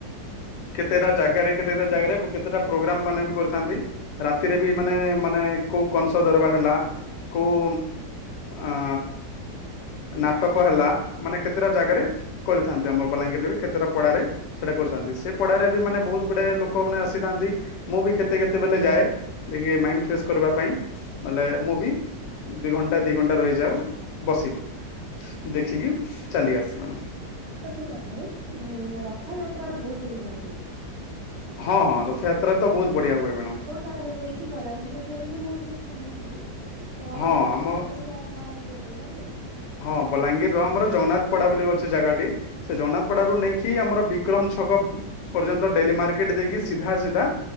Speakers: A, on the left (about 85°); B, on the right (about 65°).
A: କେତେଟା ଜାଗାରେ କେତେଟା ଜାଗାରେ କେତେଟା ପ୍ରୋଗ୍ରାମ ମାନେ ବି କରିଥାନ୍ତି। ରାତିରେ ବି ମାନେ ମାନେ କୋଉ କଂସ ଦରବାର ହେଲା କୋଉ
B: ହୁଁ
A: ଆ ନାଟକ ହେଲା ମାନେ କେତେଟା ଜାଗାରେ କରିଥାନ୍ତି। ଆମ ବଲାଙ୍ଗୀରରେ ବି କେତେଟା ପଢାରେ ସେଟା କରଥାନ୍ତି
B: ହୁଁ
A: ସେ ପଢାରେ ବି ମାନେ ବହୁତ ଗୁଡାଏ ଲୋ କ ଆସିଥାନ୍ତି ମୁଁ ବି କେତେ କେତେବେଲେ ଯାଏ ଟିକେ ମାଇଣ୍ଡ ଫ୍ରେଶ କରିବା ପାଇଁ। ମାନେ ମୁଁ ବି ଦି ଘଣ୍ଟା ଦି ଘଣ୍ଟା ରହିଯାଉ ବସିବି। ଦେଖିକି ଚାଲି ଆସେ ମ୍ୟାଡ଼ାମ।
B: ହ ତ ସେ ପଟେ ଉ ରଥଯାତ୍ରା ଟା ବହୁତ ବଢିଆ ହୁଏ।
A: ହଁ ହଁ ରଥଯାତ୍ରା ବି ତ ବହୁତ ବଢିଆ ହୁଏ ମ୍ୟାଡ଼ାମ।
B: ଜ ରକି ବଲାଙ୍ଗୀର ଏରି ବୋଲି ମୁଁ ଟିକେ ଶୁଣିଥିଲି। ତ
A: ହଁ
B: ବଲାଙ୍ଗୀର
A: ଆମ
B: କହୁଛା କଣ ଟିକେ କହିପାରିବେ?
A: ହଁ ବଲାଙ୍ଗୀର ଆମର ଜଗନ୍ନାଥପଡା ବୋଲି ଅଛି ଜାଗାଟି। ସେ ଜଗନ୍ନାଥପଡାରୁୁ
B: ହୁଁ
A: ନେଇକି ଆମର ବିକ୍ରମ ଛକ ପର୍ଯ୍ୟନ୍ତ ଡେଲି ମାର୍କେଟ ଦେଇକି ସିଧା ସିଧା